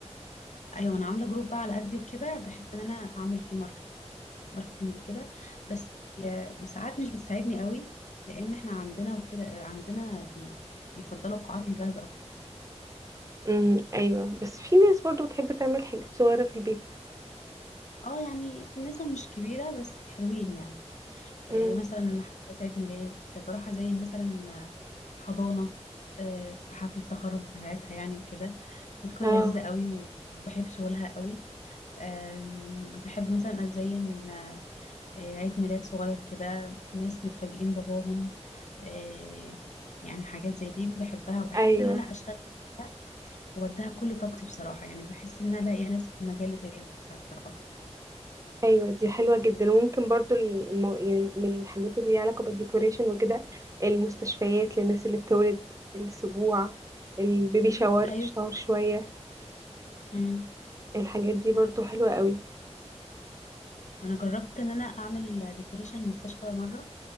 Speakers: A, on the left; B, on the right.
A: ايوه انا عامله جروب بقى على قدي وكده بحب ان انا اعمل فيه ماركت ماركتنج وكده بس ي- ساعات مش بتساعدني قوي لان احنا عندنا وكده عندنا بي... بيفضلوا القاعات الجاهزه اكتر
B: امم ايوه بس في ناس برضو بتحب تعمل حاجات صغيره في البيت
A: اه يعني النسبه مش كبيره بس حلوين يعني
B: امم
A: آه، مثلا حفلات عيد ميلاد بروح ازين مثلا حضانه آه، في حفله التخرج بتاعتها يعني وكده بتكون
B: اه
A: لذيذه قوي وبحب شغلها قوي أم، بحب مثلا أزين آه، عيد ميلاد صغير كده ناس مفاجئين باباهم آه، يعني حاجات زي دي بحبها وبحب
B: ايوه
A: إن أنا أشتغل فيها وأديها كل طاقتي بصراحة يعني بحس إن أنا لاقية نفسي في مجال زي ده أكتر
B: ايوه دي حلوه جدا وممكن برضو الم... يعني من الحاجات اللي ليها علاقه بالديكوريشن وكده المستشفيات للناس اللي بتولد السبوع البيبي شاور
A: أيوة
B: شاور شويه
A: أمم.
B: الحاجات دي برضو حلوه قوي
A: أنا جربت إن أنا أعمل ديكوريشن مستشفى مرة